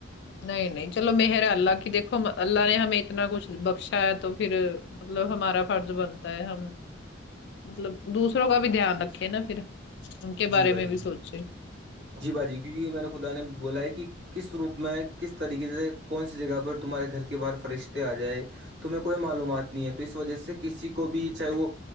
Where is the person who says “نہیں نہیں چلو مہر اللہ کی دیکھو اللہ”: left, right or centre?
Left